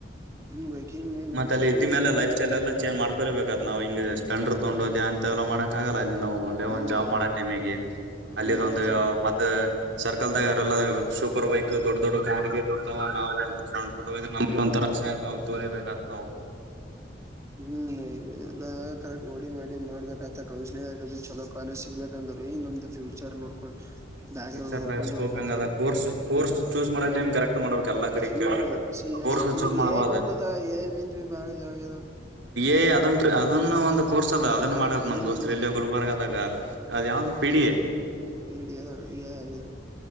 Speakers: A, on the right; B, on the right.
A: ಹ್ಮ್ ಬೇಕ್ ಹಿಂಗ್ ಮನ್ಸ್
B: ಮ ಅಲ್ಲಿ
A: ಇಟ್ಕೊಂಡ್
B: ಇದ ಮೇ
A: ಹಿಂಗ್ ಬಿಸ್ನೆಸ್
B: ಲೈಫ್ ಸ್ಟೈಲ್ಲ್ಲ ಚೇಂಜ್ ಮಾಡ ೊಬೇಕಕ್ತ್ ನಾವು ಹಿಗೆ ಸ ಸ್ಲೆಂಡರ್ ತೊಂಡು ಅಂತಲ್ಲ ಮಾಡಕಕ್ಕಗಲ್ಲ ನಾವು ಒಳ್ಳೆ
A: ಆಗಲ್ಲ
B: ಒಂದ್ ಜಾಬ್ ಮಾಡೋ ಟೈಮ್ಗ ಅಲ್ಲಿಿದೊಂದು
A: ಅಲ್ಲೆಲ್ಲಾ ಚಲೋ
B: ಮತ್ತ ಸರ್ ಲ್ದಲ್ಲ ಸೂಪರ್ ಬೈಕ್ ದೊಡ್ಡ ದೊಡ್ಡ ಕ್ಯಾರ್ ಇತ್ತ ನಾವು ಒಣ್ಣ ತರಾಸೆಯತಾವು ತೋರೆೇ ಬೇಟತ್ ನಾವು
A: ಹ್ಮ್ ನಗೆ ಎಲ್ಲಾ ಕರೆಕ್ಟ್ ನೋಡಿ ಮಾಡಿ ಮಾಡ್ಬೇಕತ ಕೌನ್ಸಿಲಿಂಗ್ ಆಗ ಚಲೋ ಕಾಲೇಜ್ ಸಿಗ್ಬೇಕಂತ ಏ ನಮ್ದ್ ಫ್ಯೂಚರ್ ನೋಡ್ಕೊಂಡು ಬ್ಯಾಕ್
B: ಫ್ಯೂಚರ್ದಾಗ
A: ಗ್ರೌಂಡ್
B: ಸ್ಕೋಪ್
A: ಹೋಗ್ಬೇಕಾಗತ್ತೆ
B: ಹೆಂಗ ಅ ಕೋರ್ಸ್ ಕೋರ್ಸ್ ಚೂಸ್ ಮಾಡೋ ಟೈಮ್ ಕರೆಕ್ಟ್ ಮಾಡ್ಬೇಕ ಎಲ್ಲಾ ಕಡೆ
A: ಹ್ಮ್
B: ಕೇೆೋರ್
A: ಬೈ ಸಿ ಎಸ್ ಆಯ್ತು ಈಗ
B: ಮಾಡಬಾರ್ದ
A: ಎ ಐ ಬಂದದ ಎ ಐ ಲಿಂತ್ ಬಿ ಬಾಳ ಇದಾಗ್ಯದ
B: ಏಯ್ದನ್ ಅದನ್ನ ಒಂದು ಕೋರ್ಸ್ ಅದ ಅದನ್ನ ಮಾಡಾರ ನಮ್ಮ
A: ಹ್ಮ್
B: ದೋಸ್ತರು ಎಲ್ಲಿ ಗುಲ್ಬರ್ಗದಾಗ ಅದ ಯಾವ್ದ ಪಿಡಿಯ
A: ಪೀಡಿಯ ಇಗನು